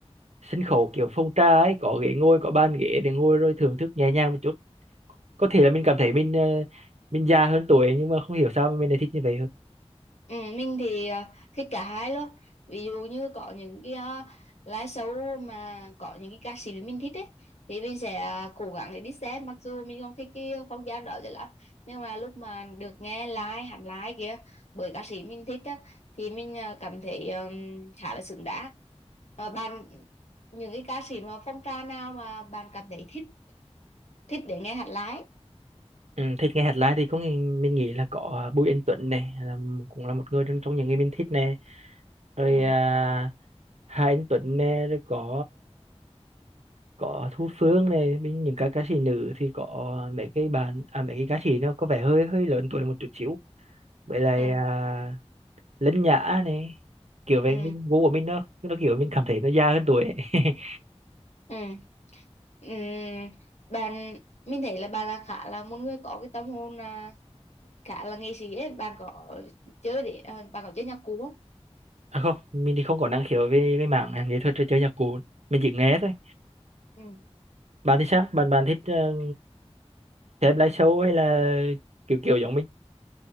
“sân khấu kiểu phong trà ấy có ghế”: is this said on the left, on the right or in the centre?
Right